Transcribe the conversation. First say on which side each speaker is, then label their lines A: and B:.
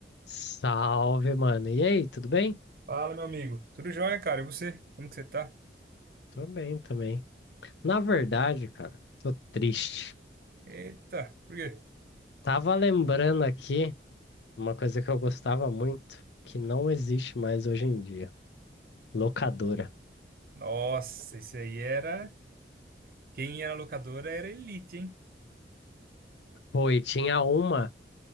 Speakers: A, on the left; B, on the right.
A: Salve, mano. E aí, tudo bem?
B: Fala, meu amigo. Tudo jóia, cara? E você? Como que você tá?
A: Tô bem também. Na verdade, cara, tô triste.
B: Eita, por quê?
A: Tava lembrando aqui uma coisa que eu gostava muito, que não existe mais hoje em dia. Locadora.
B: Nossa, isso aí era. Quem era locadora era elite, hein?
A: Pô, e tinha uma.